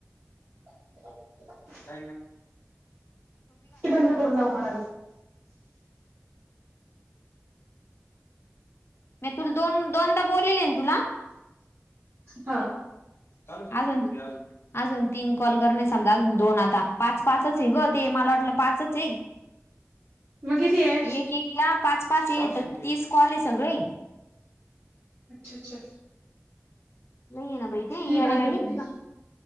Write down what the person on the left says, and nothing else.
अरी का-'
म तु दोन दोनदा बोललेले तुला
आ जून अजून तीन कॉल कर नाही समजा दोन आता पाच पाच आहे ग ते मला वाटलं पाच आहे.
एक एकला पाच पाच आहे तर तीस कॉल आहे सगळे.
नाही ये ना बाहि ते
याड्यावा